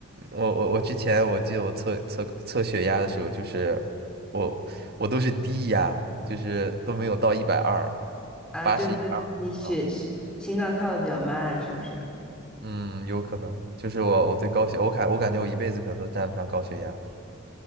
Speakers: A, on the right; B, in the centre.
A: 我我我之前我记得我测测测血压的时候，就是我我都是低压，就是都没有到一百二，
B: 啊。
A: 八十一点二都没到。
B: 就是你血心心脏跳的比较慢，是不是？
A: 嗯，有可能，就是我我对高血，我感我感觉我一辈子可能都沾不上高血压。